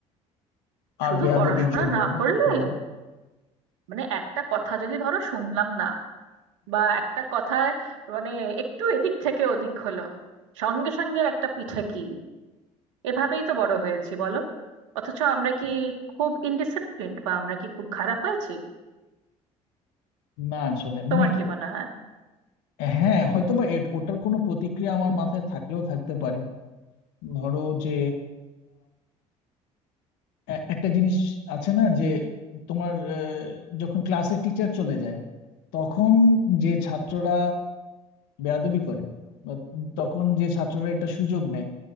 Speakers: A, on the left (about 80°); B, on the right (about 85°).
A: আর
B: শুধু
A: বেয়াদবির
B: পড়াশোনা
A: জন্য
B: না করলে
A: হ্যাঁ
B: মানে একটা কথা যদি ধরো শুনলাম না বা একটা কথায় মানে একটু এদিক থেকে ওদিক হলো সঙ্গে সঙ্গে একটা পিঠে কিল এভাবেই তো বড় হয়েছি বলো অথচ আমরা কি খুব ইনডিসিপ্লিনড বা আমরা কি খুব খারাপ হয়েছি
A: না আসলে
B: তোমার
A: মানে
B: কি মনে হয়
A: হ্যাঁ হয়তো বা ওটার কোনো প্রতিক্রিয়া আমার মাথায় থাকলেও থাকতে পারে ধরো যে এ- একটা জিনিস আছে না যে তোমার আহ, যখন ক্লাসে টিচার চলে যায় তখন যে ছাত্ররা বেয়াদবি করে বা তখন যে ছাত্ররা এটা সুযোগ নেয়